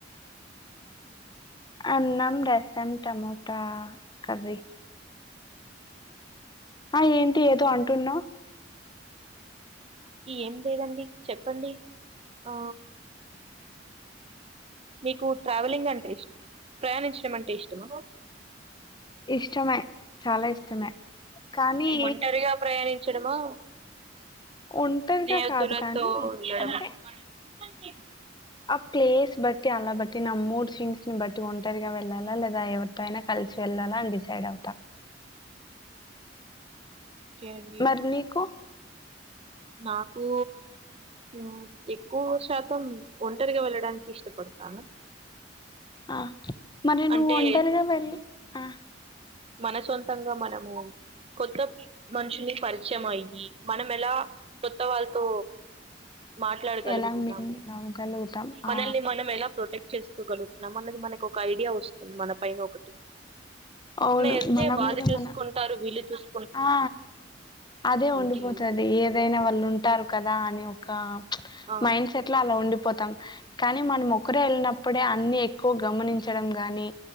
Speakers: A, on the right (about 35°); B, on the left (about 25°).
A: ఉ
B: అన్నం రసం టమోటా కర్రీ ఆ ఏంటి ఏదో అంటున్నావ్
A: ఈ ఏం లేదండి చెప్పండి ఆ నీకు ట్రావెలింగ్ అంటే ఇష్ ప్రయాణించడం అంటే ఇష్టమా
B: ఇష్టమే చాలా ఇష్టమే కానీ
A: ఓంటరిగా ప్రయాణిం చ్చడమా
B: ఒంటరిగా
A: స్నేహితులతో
B: కాదు కానీ
A: ఉండడం.
B: అంటే
A: <unintelligible>
B: ఆ ప్లేస్ బట్టి, అలా బట్టి నా మూడ్ థింగ్స్ ని బట్టి ఒంటరిగా వెళ్ళాలా, లేదా ఎవరితో అయినా కలిసి వెళ్ళాలా అని డిసైడ్ అవుతా.
A: ఓకే అండి
B: మరి నీకు
A: నాకు ఉ ఎక్కువ శాతం ఒంటరిగా వెళ్ళడానికి ఇష్టపడతాను.
B: ఆ మరి నువ్వు
A: అంటే
B: ఒంటరిగా వెళ్లి ఆ
A: మన సొంతంగా మనము కొత్త మనుషుని పరిచయం అయ్యి, మనం ఎలా కొత్త వాళ్ళతో మాట్లాడగలుగుతున్నాము.
B: ఎలా మింగిల్ అవ్వగలుగుతాం
A: మనల్ని
B: ఆ
A: మనం ఎలా ప్రొటెక్ట్ చేస్తూ గలుగుతున్నాం అన్నది మనకి ఒక ఐడియా వస్తుంది మన పైన ఒకటి.
B: అవును
A: ఎంతే
B: మన
A: వాళ్ళు
B: మీద
A: చూసుకుంటారు,
B: మన
A: వీళ్ళు చూసు
B: ఆ అదే ఉండిపోతుది
A: ఉంటుంది
B: ఏదైనా వాళ్ళు ఉంటారు కదా. అని ఒక చ్
A: ఆ
B: మైండ్ సెట్ లో అలా ఉండి పోతాం. కానీ మనం ఒకరే వెళ్ళినప్పుడే అన్ని ఎక్కువ గమనించడం గాని,